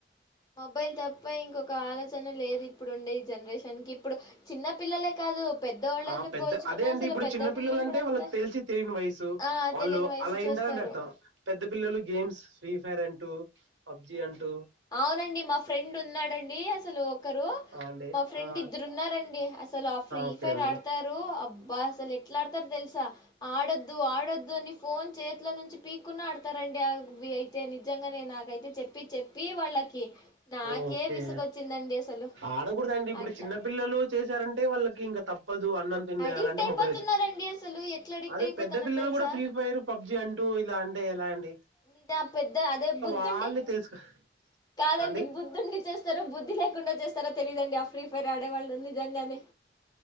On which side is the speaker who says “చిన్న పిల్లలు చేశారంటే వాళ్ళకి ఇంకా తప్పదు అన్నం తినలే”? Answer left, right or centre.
Right